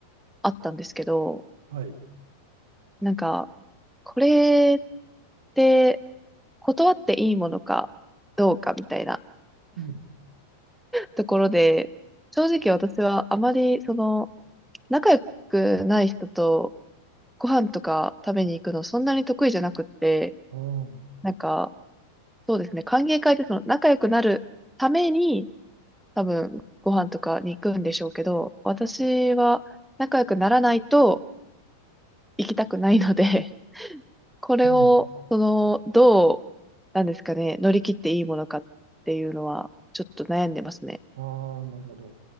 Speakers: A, in the centre; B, on the right.
A: あったんですけど、
B: はい、
A: なんか、これって断っていいものかどうかみたいな
B: うん、
A: ところで、正直私はあまりその仲良くない人とご飯とか食べに行くのそんなに得意じゃなくって、
B: ああ、
A: なんかそうですね、歓迎会でその仲良くなるために多分ご飯とかに行くんでしょうけど、私は仲良くならないと行きたくないのでこれを、
B: うん、
A: その、どう、なんですかね、乗り切っていいものかっていうのは、ちょっと悩んでますね。
B: ああ、なるほど。